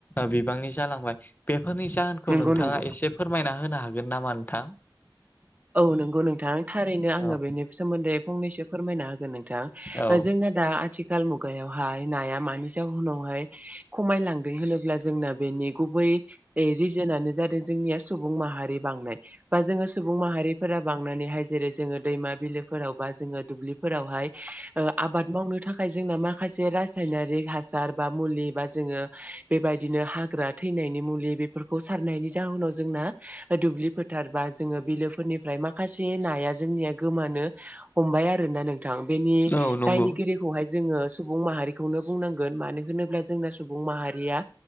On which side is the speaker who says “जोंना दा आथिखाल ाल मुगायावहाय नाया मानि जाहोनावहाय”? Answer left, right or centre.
Right